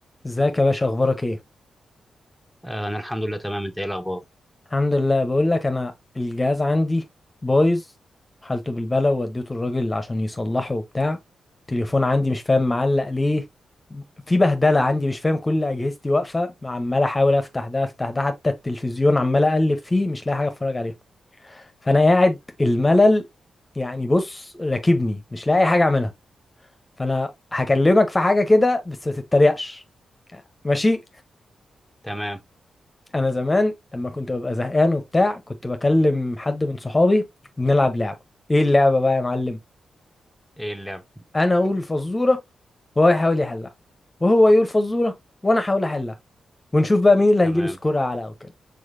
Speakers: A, on the left (about 25°); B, in the centre.
A: ازيك يا باشا اخبارك ايه
B: آه، انا الحمد لله تمام انت ايه الاخبار
A: الحمد لله بقول لك انا الجهاز عندي بايظ حالته بالبلا ووديته الراجل عشان يصلحه وبتاع التليفون عندي مش فاهم معلق ليه في بهدله عندي مش فاهم كل اجهزتي واقفه عمال احاول افتح ده افتح ده حتى التلفزيون عمال اقلب فيه مش لاقي حاجه اتفرج عليها فانا قاعد الملل يعني بص راكبني مش لاقي حاجه اعملها فانا هكلمك في حاجه كده بس ما تتريقش ماشي
B: تمام
A: انا زمان لما كنت ببقى زهقان وبتاع كنت بكلم حد من صحابي ونلعب لعبه ايه اللعبه بقى يا معلم
B: ايه اللعب
A: انا اقول فزوره وهو يحاول يحلها وهو يقول فزوره وانا احاول احلها ونشوف بقى مين اللي
B: تمام
A: هيجيب سكور اعلى او كده